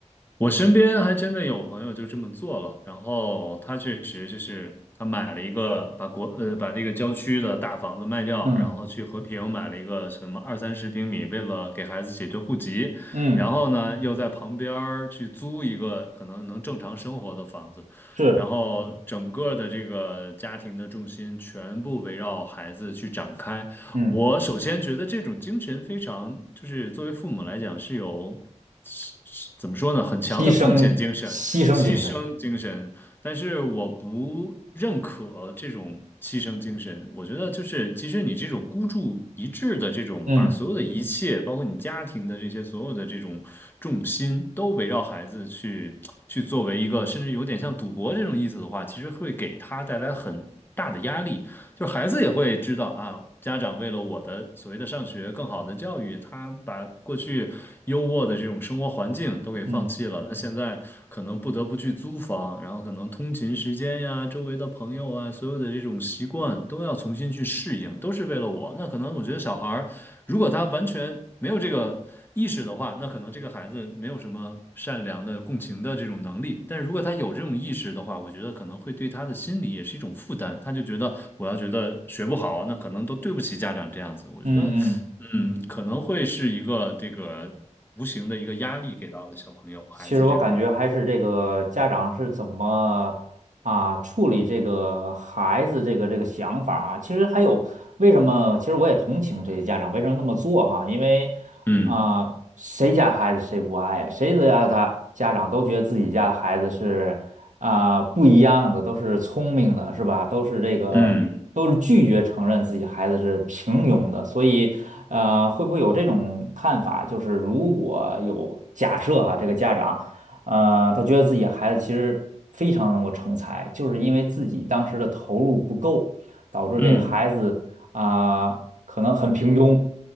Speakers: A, on the left (about 15°); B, on the right (about 80°).
A: 我身边还真的有朋友就这么做了，然后他确实就是他买了一个，把国，呃，把这个郊区的大房子卖掉，
B: 嗯
A: 然后去和平买了一个什么二三十平米，为了给孩子解决户籍，
B: 嗯，
A: 然后呢，又在旁边儿去租一个可能能正常生活的房子，
B: 是
A: 然后整个的这个家庭的重心全部围绕孩子去展开。
B: 嗯，
A: 我首先觉得这种精神非常，就是作为父母来讲是有，是是怎么说呢，很强的奉献精神、
B: 牺牲牺牲精神，
A: 牺牲精神，但是我不认可这种牺牲精神。我觉得就是，其实你这种孤注一掷的这种，
B: 嗯
A: 把所有的一切，包括你家庭的这些所有的这种重心，都围绕孩子去去作为一个，甚至有点像赌博这种意思的话，其实会给他带来很大的压力。就孩子也会知道啊，家长为了我的所谓的上学更好的教育，他把过去优渥的这种生活环境都给放弃了，
B: 嗯
A: 那现在可能不得不去租房，然后可能通勤时间呀、周围的朋友啊，所有的这种习惯都要重新去适应，都是为了我。那可能我觉得小孩儿如果他完全没有这个意识的话，那可能这个孩子没有什么善良的共情的这种能力。但是如果他有这种意识的话，我觉得可能会对他的心理也是一种负担。他就觉得我要觉得学不好，那可能都对不起家长这样子。我觉得，
B: 嗯嗯。
A: 嗯，可能会是一个这个无形的一个压力给到了小朋友孩子这块儿。
B: 其实我感觉还是这个家长是怎么啊处理这个孩子这个这个想法啊。其实还有为什么？其实我也同情这些家长为什么那么做哈，因为
A: 嗯
B: 啊、谁家孩子谁不爱呀谁的家的家长都觉得自己家的孩子是啊、不一样的，都是聪明的，是吧？都是这个，
A: 嗯
B: 都是拒绝承认自己孩子是平庸的，所以，呃，会不会有这种看法？就是如果有假设哈，这个家长，呃，他觉得自己孩子其实非常能够成才，就是因为自己当时的投入不够，导致这个孩子啊、
A: 嗯
B: 可能很平庸。